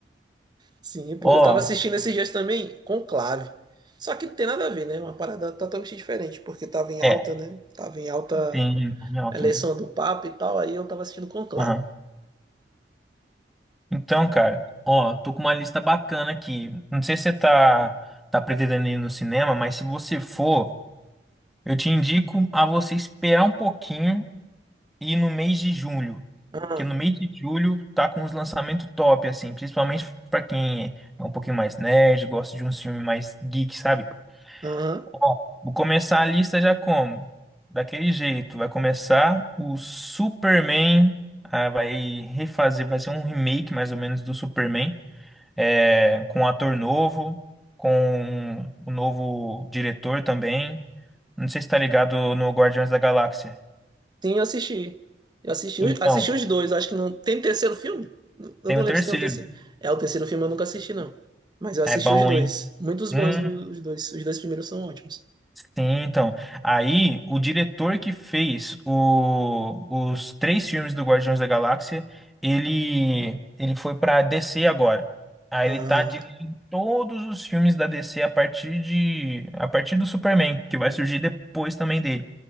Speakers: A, on the right; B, in the centre.
A: Sim, pô.
B: Ó,
A: Eu tava assistindo esses dias também Conclave. Só que não tem nada a ver, né? Uma parada totalmente diferente, porque tava em alta,
B: é,
A: né? Tava em alta
B: tem, tem alto
A: a eleição
B: mesmo.
A: do Papa e tal, aí eu tava assistindo Conclave.
B: Aham. Então, cara, ó, tô com uma lista bacana aqui. Não sei se você tá, tá pretendendo ir no cinema, mas se você for, eu te indico a você esperar um pouquinho e no mês de julho.
A: Ah,
B: Porque no mês de julho tá com os lançamentos top, assim, principalmente pra quem é um pouquinho mais nerd, gosta de um filme mais geek, sabe?
A: aham.
B: Ó, vou começar a lista já como? Daquele jeito, vai começar o Superman, ah, vai refazer, vai ser um remake mais ou menos do Superman, é, com um ator novo, com o novo diretor também. Não sei se tá ligado no Guardiões da Galáxia.
A: Sim, eu assisti. Eu assisti,
B: Então,
A: os- assisti os dois, acho que não. Tem um terceiro filme? Eu
B: tem
A: não
B: o
A: lembro
B: terceiro.
A: se tem o terceiro. É, o terceiro filme eu nunca assisti, não. Mas eu
B: É
A: assisti
B: bom,
A: os dois.
B: hein?
A: Muitos
B: Hum,
A: bons os os dois. Os dois primeiros são ótimos.
B: sim, então. Aí, o diretor que fez o- os três filmes do Guardiões da Galáxia, ele, ele foi pra DC agora. Aí
A: Ah,
B: ele tá dirigindo todos os filmes da DC a partir de, a partir do Superman, que vai surgir depois também dele.